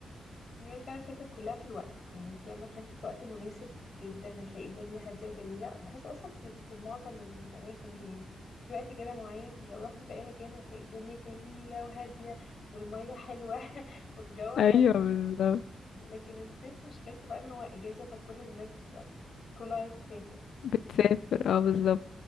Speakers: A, on the left (about 60°); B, on the left (about 80°).
A: ما هي فعلا الفكرة كلها في الوقت يعني انتي اما تروحي في وقت مناسب جدا هتلاقي الدنيا هادية وجميلة بحس اصلا في في معظم الاماكن دي يعني في وقت كده معين لو رحتي في اي مكان هتلاقي الدنيا جميلة وهادية والمية حلوة <laughs> والجو حلو
B: ايوه بالظبط
A: لكن الصيف مشكلته بقى ان هو اجازة فكل الناس كله عايز يسافر
B: بتسافر اه بالظبط